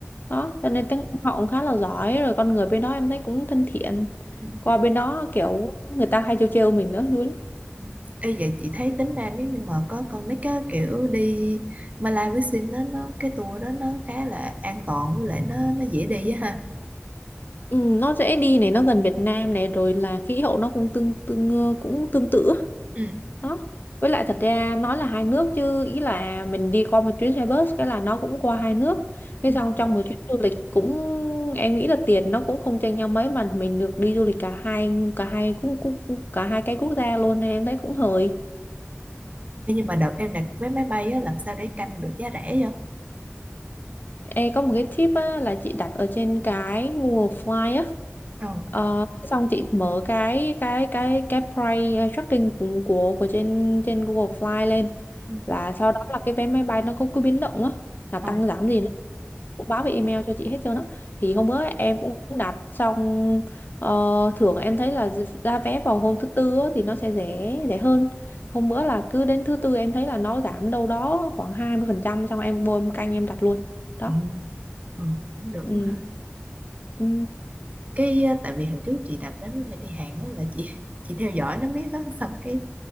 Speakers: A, on the left; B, on the right.
A: đó. cho nên tiếng Anh họ cũng khá là giỏi rồi con người bên đó em thấy cũng thân thiện
B: Ừ.
A: qua bên đó kiểu người ta hay trêu trêu mình nữa vui lắm
B: Ừ. Ê, vậy chị thấy tính ra nếu như mà có con nít á, kiểu đi Mã Lai với sinh đó, nó cái tour đó nó khá là an toàn với lại nó nó dễ đi á ha.
A: ừ, nó dễ đi này nó gần Việt Nam này rồi là khí hậu nó cũng tương tương cũng tương tự á.
B: Ừ.
A: đó với lại thật ra nói là hai nước chứ ý là mình đi qua một chuyến xe bus cái là nó cũng qua hai nước thế
B: Ừ. Ừ.
A: xong trong một chuyến du lịch cũng em nghĩ là tiền nó cũng không chênh nhau mấy mà mình được đi du lịch cả hai cả hai cũng, cũng cả hai cái quốc gia luôn nên em thấy cũng hời
B: Thế nhưng mà đợt em đặt vé máy bay á, làm sao để canh được giá rẻ vậy?
A: Ê, có một cái tip á, là chị đặt ở trên cái Google Fly á
B: ờ
A: Ờ, xong chị mở cái cái cái cái price uh, tracking của của của trên trên Google Fly lên
B: Ừ.
A: là sau đó là cái vé máy bay nó có cứ biến động á là tăng
B: ờ
A: giảm gì cũng báo về email cho chị hết trơn á thì hôm bữa em cũng đặt xong ờ, thường em thấy là ra vé vào hôm thứ tư á, thì nó sẽ rẻ rẻ hơn hôm bữa là cứ đến thứ tư em thấy là nó giảm đâu đó khoảng 20% xong em vô em canh em đặt luôn đó
B: Ừ, ừ, cũng được
A: ừ.
B: quá ha.
A: Ừ.
B: Cái ờ, tại vì hồi trước chị đặt vé máy bay đi Hàn á là chị chị theo dõi nó biết á xong cái